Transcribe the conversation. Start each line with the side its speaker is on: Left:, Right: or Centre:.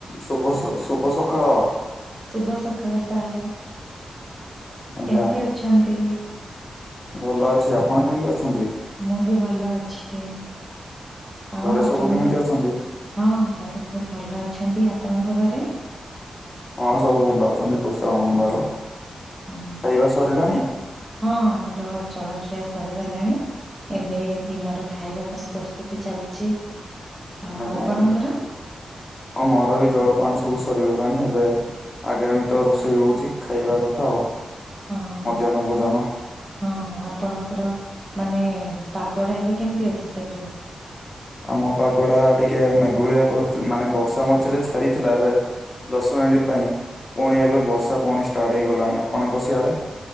Left: ଶୁଭ ସ ଶୁଭ ସକାଳ।
Right: ଶୁଭ ସକାଳ ସାର୍
Left: ଆଜ୍ଞା
Right: କେମ୍ତି ଅଛନ୍ତି?
Left: ଭଲ ଅଛି। ଆପଣ କେମ୍ତି ଅଛନ୍ତି?
Right: ମୁଁ ବି ଭଲ ଅଛି। କି ଆଉ
Left: ଘରେ
Right: ଆପଣଙ୍କର
Left: ସବୁ କେମିତି ଅଛନ୍ତି?
Right: ହଁ ଘରେ ବହୁତ୍ ଭଲ ଅଛନ୍ତି। ଆପଣଙ୍କ ଘରେ?
Left: ହଁ ସବୁ ଭଲ ଅଛନ୍ତି କୁଶଳ ମଙ୍ଗଳ।
Right: ହଁ
Left: ଖାଇବା ସରିଲାଣି?
Right: ହଁ ଆମର ଜଳଖିଆ ସରିଗଲାଣି। ଏବେ ଦିନର ଖାଇବା ପାଇଁ ପ୍ରସ୍ତୁତି ଚାଲିଛି। ଆଉ
Left: ଆଜ୍ଞା
Right: ଆପଣଙ୍କର?
Left: ଆଜ୍ଞା, ହଁ ମୋର ବି ଜଳପାନ ସବୁ ସରିଗଲାଣି। ଏବେ ଆଗାମୀ ତ ରୋଷେଇ ହଉଛି ଖାଇବା କଥା ଆଉ।
Right: ହଁ
Left: ମଧ୍ୟାହ୍ନ ଭୋଜନ
Right: ହଁ ଆପଣଙ୍କର ମାନେ ପାଗ ଟା ଏବେ କେମିତି ଅଛି ସେଇଠେ?
Left: ଆମ ପାଗ ଟା ଟିକେ ମେଘୁଳିଆ କରି ମାନେ ବର୍ଷା ମଝିରେ ଛାଡିଥିଲା। ଏବେ ଦଶ ମିନିଟ୍ ପାଇଁ ପୁଣି ଏବେ ବର୍ଷା ପୁଣି ଷ୍ଟାର୍ଟ ହେଇଗଲାଣି। ଆପଣଙ୍କ ସିଆଡ଼େ?